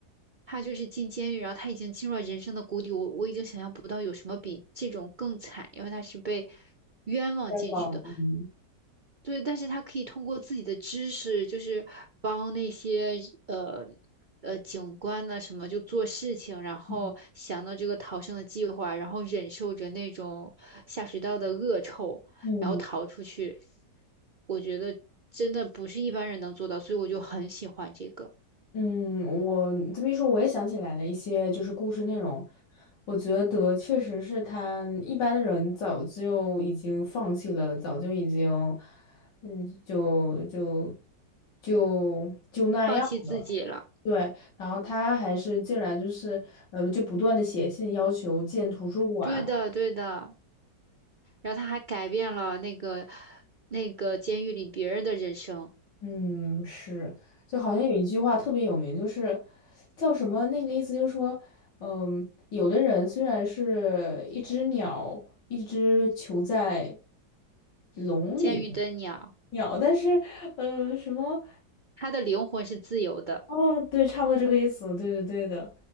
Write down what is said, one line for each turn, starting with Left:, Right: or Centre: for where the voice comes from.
Right: 他就是进监狱，然后他已经进入了人生的谷底。我我已经想象不到有什么比这种更惨，因为他是被冤枉进去的。
Left: 再讲嗯
Right: 对，但是他可以通过自己的知识，就是帮那些呃呃警官呢什么就做事情，然后想到这个逃生的计划，
Left: 嗯
Right: 然后忍受着那种下水道的恶臭，
Left: 嗯
Right: 然后逃出去。我觉得真的不是一般人能做到，所以我就很喜欢这个，
Left: 嗯，我这么一说，我也想起来了一些就是故事内容。我觉得确实是他一般的人早就已经放弃了，早就已经，嗯，就就就就那样了。
Right: 放弃自己了。
Left: 对，然后他还是竟然就是呃，就不断的写信要求建图书馆。
Right: 对的，对的。然后他还改变了那个那个监狱里别人的人生，
Left: 嗯，是，就好像有一句话特别有名，就是叫什么？那个意思就是说，嗯，有的人虽然是一只鸟，一只囚在笼里的
Right: 监狱的鸟，
Left: 鸟，但是，呃，什么？
Right: 他的灵魂是自由的。
Left: 哦，对，差不多这个意思，对对对的。